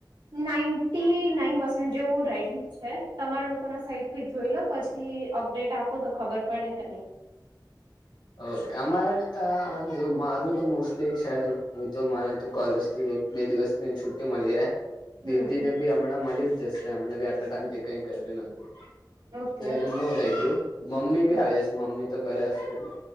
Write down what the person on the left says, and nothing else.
ઓકે અમારે જો મારું તો મોસ્ટલી છે જ હું તો મને તો કોલેજ થી બે દિવસની છુટ્ટી મળી જાય
દીદી ને બી હમણાં મળી જ જશે હમને બી આટલા ટાઈમ થી કરિયું નથી
તો એમનું રહી ગયું મમ્મી
બી આવી જશે મમ્મી તો ઘરે હશેજ એટલે